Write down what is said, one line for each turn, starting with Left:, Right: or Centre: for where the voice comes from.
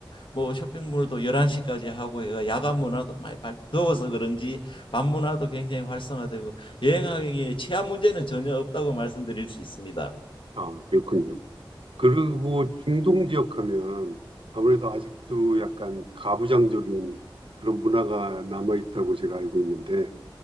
Left: 뭐 쇼핑몰도 11시까지 하고 해가 야간 문화도 많이 발, 더워서 그런지 밤 문화도 굉장히 활성화되고 여행하기에 치안 문제는 전혀 없다고 말씀드릴 수 있습니다.
Right: 아, 그렇군요. 그리고 중동 지역 하면 아무래도 아직도 약간 가부장적인 그런 문화가 남아 있다고 제가 알고 있는데